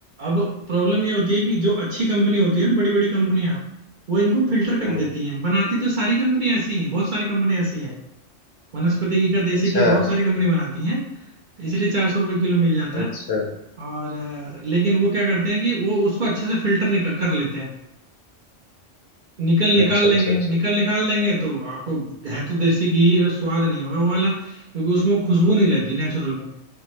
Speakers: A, on the right; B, on the left.
A: अब प्रॉब्लम ये होती है कि जो अच्छी कंपनी होती है ना बड़ी बड़ी कंपनियां वो इनको फिल्टर
B: हम्म,
A: कर देती हैं बनाती तो सारी कंपनी ऐसी हैं बहुत सारी कंपनी ऐसी हैं, वनस्पति घी का देसी
B: अच्छा
A: घी बहुत सारी कंपनी बनाती हैं इसलिए चार सौ रुपये किलो मिल जाता
B: अच्छा
A: है और अ, लेकिन वो क्या करते हैं कि वो उसको अच्छे से फिल्टर निकल कर लेते हैं निकल निकाल
B: अच्छा
A: लेंगे
B: अच्छा अच्छा
A: निकल
B: अच्छा।
A: निकाल लेंगे तो आपको है तो देसी घी ही, बस स्वाद नहीं होगा वो वाला क्योंकि उसमें वो खुशबू नहीं रहती नेचुरल में